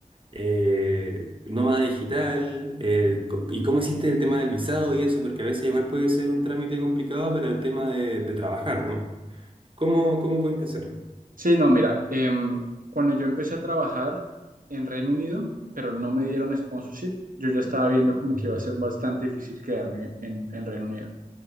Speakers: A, on the right (about 35°); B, on the right (about 70°).
A: eh, nómada digital el co- y cómo hiciste el tema del visado y eso, porque a veces igual puede ser un trámite complicado para el tema de, de trabajar, ¿no? ¿Cómo, cómo pudiste hacerlo?
B: Sí, no, mira, em, cuando yo empecé a trabajar en Reino Unido, pero no me dieron sponsorship, yo ya estaba viendo como
A: Ujú,
B: que iba a ser bastante difícil quedarme en, en Reino Unido.